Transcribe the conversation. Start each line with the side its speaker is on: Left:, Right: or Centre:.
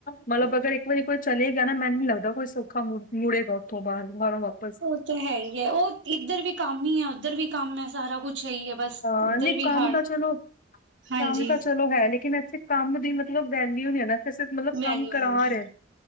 Left: ਮਤਲਬ ਅਗਰ ਇੱਕ ਵਾਰੀ ਕੋਈ ਚਲੇ ਗਿਆ ਨਾ ਮੈਨੂੰ ਨੀ ਲੱਗਦਾ ਕੋਈ ਸੌਖਾ ਮੁੜ ਮੁੜੇਗਾ ਉਥੋਂ ਬਾਹਰ ਬਾਹਰੋਂ ਬਾਹਰ
Right: ਉਹ ਤਾਂ ਹੈ ਹੀ ਹੈ ਉਹ ਇੱਧਰ ਵੀ ਕੰਮ ਹੀ ਹੈ ਉੱਧਰ ਵੀ ਕੰਮ ਹੈ ਸਾਰਾ ਕੁੱਛ ਹੈ ਹੀ ਹੈ। ਬਸ
Left: ਹਾਂ
Right: ਇੱਧਰ
Left: ਨਹੀਂ
Right: ਵੀ
Left: ਕੰਮ
Right: ਹਾਰ
Left: ਤਾਂ ਚਲੋ
Right: ਹਾਂਜੀ
Left: ਕੰਮ ਤਾਂ ਚਲੋ ਹੈ ਨੀ ਲੇਕਿਨ ਇੱਥੇ ਕੰਮ ਦੀ ਮਤਲਬ ਵੈਲਿਊ ਨਹੀ ਹੈ ਨਾ ਇੱਥੇ ਅ ਮਤਲਬ
Right: ਵੈਲਿਊ
Left: ਕੰਮ ਕਰਾ
Right: ਨਹੀਂ
Left: ਰਹੇ
Right: ਹੈ